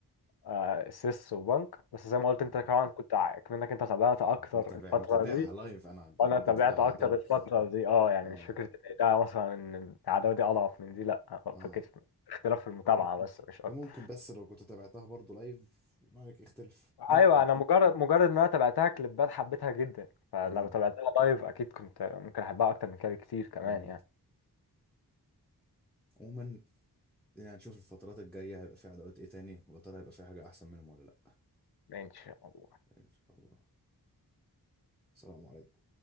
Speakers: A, on the left; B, in the centre.
A: آه سيس وبنك بس زي ما قلت
B: اه
A: أنت طبعا كنت ع- كأنك أنت تابعت أكتر
B: آه، متابع
A: الفترة
B: متابعها
A: دي
B: لايف أنا
A: وأنا
B: متابع
A: تابعت أكتر
B: دوري
A: الفترة دي أه يعني
B: اه
A: مش فكرة إن ده مثلا إن العداوة دي أضعف من دي لأ
B: اه
A: فكرة اختلاف في المتابعة بس مش أكتر
B: ده ممكن بس لو كنت تابعتها برضه لايف رأيك يختلف ممكن
A: أيوة أنا
B: بقى
A: مجرد مجرد إن أنا تابعتها كليبات حبيتها جدا فلو
B: اه
A: تابعتها لايف أكيد كنت ممكن أحبها أكتر من كده بكتير كمان
B: امم
A: يعني
B: عموما يعني نشوف الفترات الجاية هيبقى في عداوات ايه تاني ويا ترى هيبقى في حاجة احسن منهم ولا لا
A: ماشي والله
B: ان شاء الله السلام عليكم